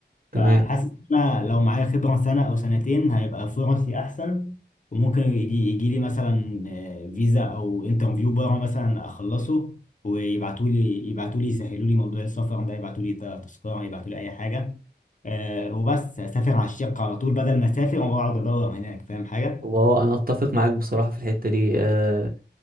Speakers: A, on the right (about 50°); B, on the left (about 45°).
A: تمام
B: فحاسس ان انا لو معايا خبره سنه او سنتين هيبقى فرصي احسن وممكن يجي يجي لي مثلا آه، فيزا او انترفيو بره مثلا اخلصه ويبعتوا لي يبعتوا لي يسهلوا لي موضوع السفر ده يبعتوا لي تذكره يبعتوا لي اي حاجه آه، وبس اسافر على الشقه على طول بدل ما اسافر واقعد ادور هناك فاهم حاجه
A: وانا اتفق معاك بصراحه في الحته دي آه،